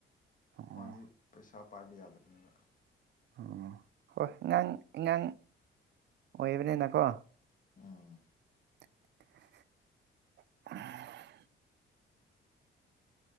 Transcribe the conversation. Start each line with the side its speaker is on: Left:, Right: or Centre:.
Right: ꯑꯣ
Left: ꯃꯥꯗꯤ ꯄꯩꯁꯥ ꯄꯥꯏꯕ ꯌꯥꯗꯕꯅꯦꯕ
Right: ꯑꯣ ꯍꯣꯏ ꯅꯪ ꯑꯉꯥꯡ ꯑꯣꯏꯕꯅꯤꯅꯀꯣ
Left: ꯎꯝ
Right: <inaudible>